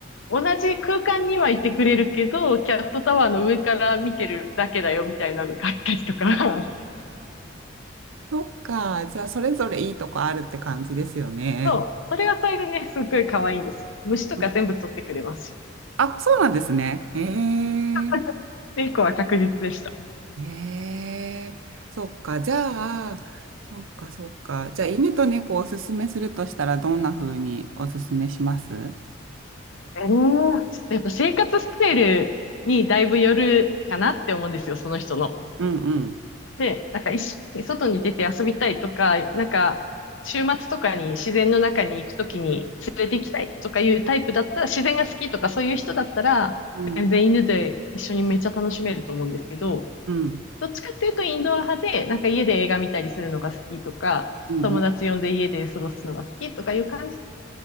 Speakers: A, on the left (about 70°); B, on the right (about 75°).
A: 同じ空間にはいてくれるけど、キャットタワーの上から見てるだけだよみたいなのがあったりとか。<laughs>
B: そっか。じゃあ、それぞれいいとこあるって感じですよね。
A: そう、それはそれでね、すっごい可愛いんです。虫とか全部取ってくれますし。
B: うんあ、そうなんですね。え
A: <laughs>
B: え
A: 猫は確実でした。
B: ええそっか。じゃあ、そっか、そっか。じゃあ、犬と猫をおすすめするとしたら、どんな風におすすめします
A: えー、ちょっとやっぱ生活スタイルにだいぶよるかなって思うんですよ、その人の。
B: うんうん。
A: で、なんか一緒に外に出て遊びたいとか、なんか週末とかに自然の中に行くときに連れて行きたいとかいうタイプだったら、自然が好きとかそういう人だったら、
B: うん、
A: 全然犬で一緒にめっちゃ楽しめると思うんですけど、
B: うん、
A: どっちかっていうとインドア派で、なんか家で映画見たりするのが好きとか、
B: うん、
A: 友達呼んで家で過ごすのが好きとかいう感じ。
B: うん、